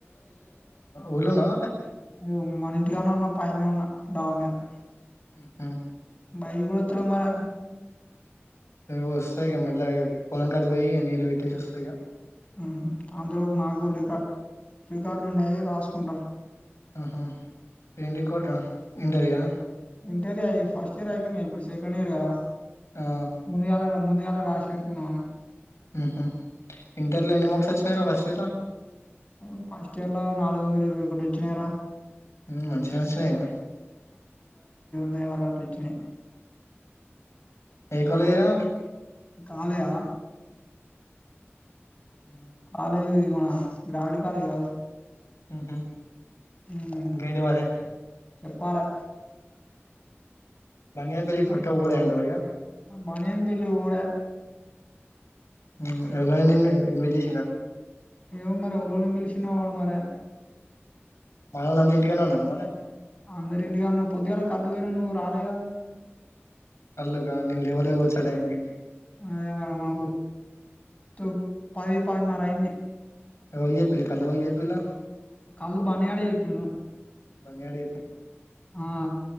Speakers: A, on the left; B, on the left.
A: ఊర్లోనా
B: అది మన ఇంటిగానే ఉన్నా పైన ఉన్నా డోమియా ఆ
A: ఉహూ
B: బయటికి కూడా వత్తలేవ్ మరి
A: వస్తా ఇక మెల్లగా పొలంకాడికి పోయి నీళ్ళు పెట్టేసి వస్తా ఇక
B: ఉహూ అంతలోపు నాకు కూడా రికార్డు రికార్డులు ఉన్నాయి రాసుకుంటా
A: ఆహ ఏం రికార్డు రా ఇంటరియా
B: ఇంటర్యయి ఫస్ట్ ఇయర్ అయిపోయినాయి ఇప్పుడు సెకండ్ ఇయర్ కదా
A: ఆ
B: ముందుగల ముందుగాల్లే రాసిపెట్టు దామని
A: ఉహూ ఇంటర్లు ఎన్ని మార్ట్స్ వచ్చినాయి రా వస్త
B: ఉమ్ ఫస్ట్ ఇయర్ లో నాలుగు వందల ఇరవై ఒకటి వచ్చినాయిరా
A: ఉమ్ మంచిగనే వచ్చినాయిగా
B: నే వళ్లటు వచ్చినాయ్
A: ఏ కాలేజీ రా
B: కాలేజీ ఆ
A: ఉహు
B: కాలే గ్రాడ్ కాలేజ్ కాదు
A: ఉహూ
B: ఉమ్
A: ఇంకేంటి మరి
B: చెప్పాలే
A: బంగారి పెళ్లికి పక్క పోవుడే అంటావ ఇగ
B: బన్ని గాని పెళ్లికి పోవుడే
A: ఉమ్ ఎవరు ఎల్లిండ్రు ఇన్విటేషన్ చి
B: ఏమో మరి ఊర్లో వాళ్ళని పిలిచిన వాడు మరి
A: మనో లంత ఇంటికాన్నే ఉన్నార మరి
B: అందరు ఇంటిగానే పొద్దుగాల కళ్ళు కి పోయినాం నువ్వు రాలేగ
A: కళ్ళుక నేను లేవులే వచ్చు ఆ టైమ్ కి
B: <unintelligible> అదే మళ్ళీ మా ఉర్ తో పది <unintelligible> పదిన్నారా అయ్యింది
A: ఎవల్ చెప్పిళ్ళు కళ్ళు ఇవ్వాలకి చెప్పిళ్ళు
B: కళ్లు బన్ని గాడే చెప్పిండు
A: బన్నీ గాడు
B: ఆ